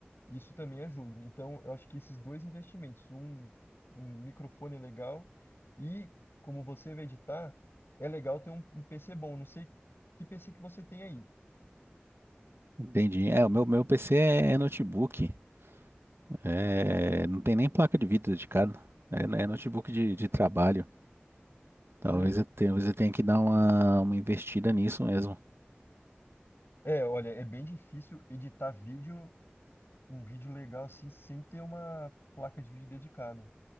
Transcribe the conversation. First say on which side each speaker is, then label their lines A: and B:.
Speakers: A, on the left; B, on the right.
A: isso também ajuda. Então, eu acho que esses dois investimentos, um, um microfone legal e como você vai editar, é legal ter um, um PC bom. Não sei que PC que você tem aí.
B: Entendi. É, o meu, meu PC é, é notebook. É, não tem nem placa de vídeo dedicada. É, é notebook de, de trabalho. Talvez
A: Você...
B: eu, tenha- talvez eu tenha que dar uma, uma investida nisso mesmo.
A: É, olha, é bem difícil editar vídeo, um vídeo legal assim, sem ter uma placa de vídeo dedicada.